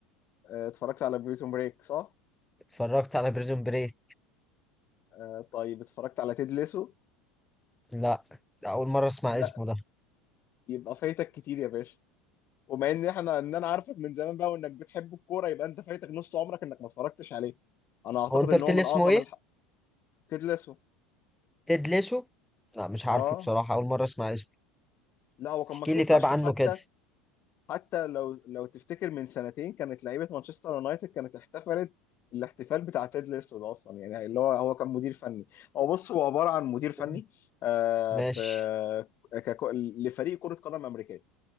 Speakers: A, on the left; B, in the centre.
A: آه، اتفرجت على بريزون بريك صح
B: اتفرجت على بريزون بري
A: آه، طيب اتفرجت على تيد ليسو
B: لا لا، اول مره اسمع
A: لا
B: اسمه ده
A: يبقى فايتك كتير يا باشا ومع ان احنا ان انا عارفك من زمان بقى وانك بتحب الكوره يبقى انت فايتك نص عمرك انك ما اتفرجتش عليه انا اعتقد
B: هو انت
A: ان
B: قلت
A: هو
B: لي
A: من
B: اسمه
A: اعظم
B: ايه
A: الح... تيد ليسو
B: تدلسه لا مش عارفه
A: اه
B: بصراحه اول مره اسمع اسمه
A: لا هو كان
B: احكي
A: مشهور
B: لي طيب
A: فشخ
B: عنه
A: حتى
B: كده
A: حتى لو لو تفتكر من سنتين كانت لعيبه مانشستر يونايتد كانت احتفلت الاحتفال بتاع تيد الاسود اصلا يعني اللي هو هو كان مدير فني هو بص هو عباره عن مدير فني
B: مم.
A: آه
B: ماشي
A: في ككو- لفريق كره قدم امريكيه